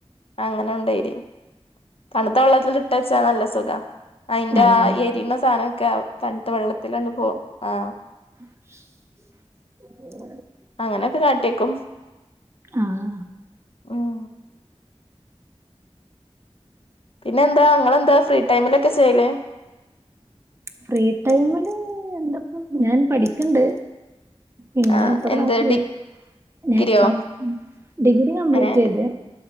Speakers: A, on the left (about 60°); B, on the right (about 25°).
A: അങ്ങനെ ഉണ്ടായിരി തണുത്ത വെള്ളത്തിലെൽ ഇട്ടച്ചാ നല്ല സുഖ അയിന്റെ
B: ആഹ്
A: ആ എരിയണ സാധനമൊക്കെ തണുത്ത വെള്ളത്തിലങ് പോവും ആ
B: ഉ
A: അങ്ങനെയൊക്കെ കാട്ടിയേക്കും
B: ആഹ
A: ഉം പിന്നെ എന്താ നിങ്ങളെന്താ ഫ്രീ ടൈമിലൊക്കെ ചെയ്യലേ
B: ഫ്രീ ടൈമില് എന്തപ്പം ഞാൻ പഠിക്കണ്ട് പിന്നെ
A: ആഹ്
B: ഇപ്പൊ ക്ലാസ്സില്
A: എന്ത് ഡിഗ്രിയോ
B: ഞ കം ഡിഗ്രി കംപ്ലീറ്റ്
A: ഏഹ്
B: ചെയ്ത്